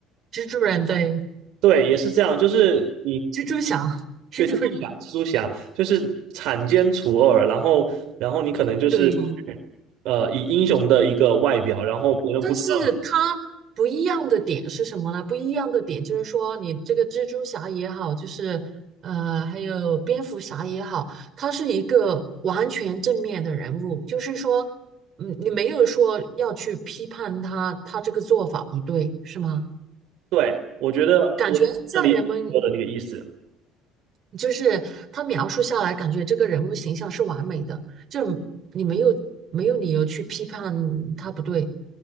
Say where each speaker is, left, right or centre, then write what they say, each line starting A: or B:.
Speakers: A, on the right; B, on the right.
A: 蜘蛛人，对，
B: 对，也是这样，就是你
A: 蜘蛛侠，<laughs> 蜘蛛人，
B: 对蜘蛛侠，蜘蛛侠就是铲奸除恶，然后然后你可能就是
A: 对，
B: 呃以英雄的一个外表，然后别人不知道你。
A: 但是它不一样的点是什么呢？不一样的点就是说，你这个蜘蛛侠也好，就是呃，还有蝙蝠侠也好，他是一个完全正面的人物，就是说，嗯，你没有说要去批判他，他这个做法不对，是吗？
B: 对，我觉得我能理解你说的那个意思。
A: 感觉在人们就是他描述下来，感觉这个人物形象是完美的，就你没有没有理由去批判他不对。